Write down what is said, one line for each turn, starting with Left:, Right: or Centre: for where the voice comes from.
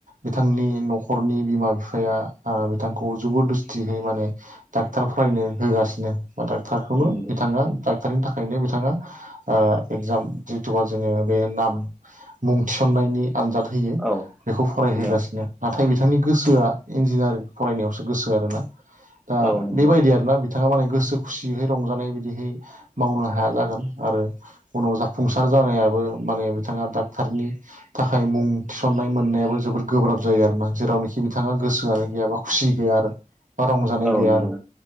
Right: बिथांनि न'खरनि बिमा बिफाया आ बिथांखौ जबोद दुस्थियै माने‌ डाक्टार फरायनो होगासिनो बा डाक्टारखौनो
Centre: नंगौ
Right: बिथाङा डाक्टारनि थाख बेखायनो बिथाङा आ एक्जाम जि थुबा जोङो बे नाम मुं थिसन्नायनि आनजाद होयो
Centre: औ
Right: बेखौ फरायहोगासिनो।
Centre: नों
Right: नाथाय बिथांनि गोसोआ इन्जिनियारिं फरायनायावसो गोसो आरोना दा
Centre: औ नंगौ
Right: बेबायदि आरो ना बिथां। नोङा माने गोसो खुसियैै रंजानाय बिदिहै मावनो हाया जागोन आरो उनाव जाफुंसार डक्टार जानायाबो माने बिथाङा डाक्टारनि। थाखाय मुं थिसननाय मोननायाबो जबोद गोब्राब जायो आरोना जेरावनिखि बिथाङा गोसोआनो गैया बा खुसि गैया आरो बा रंजानाय
Centre: औ
Right: गैया
Centre: नंगौ
Right: आरो।